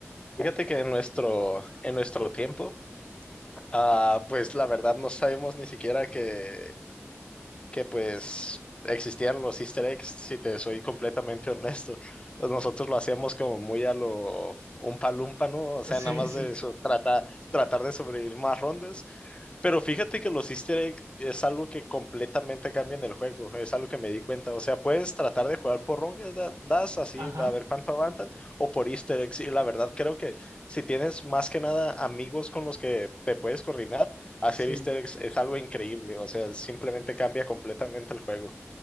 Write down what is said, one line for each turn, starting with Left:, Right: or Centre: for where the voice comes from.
Left: Fíjate que en nuestro, en nuestro tiempo, ah, pues la verdad no sabemos ni siquiera que, que pues existían los easter eggs, si te soy completamente <laughs> honesto. Pues Nosotros lo hacíamos como muy a lo un palumpa, ¿no? O sea,
Right: Sí,
Left: nada más
Right: sí.
Left: de eso, tratar, tratar de sobrevivir más rondas pero fíjate que los easter eggs es algo que completamente cambia en el juego, es algo que me di cuenta. O sea, puedes tratar de jugar por rondas, da- das así,
Right: Ajá,
Left: a ver cuánto aguantan, o por easter eggs. Y la verdad creo que si tienes más que nada amigos con los que te puedes coordinar, hacer
Right: sí.
Left: easter eggs es algo increíble. O sea, simplemente cambia completamente el juego.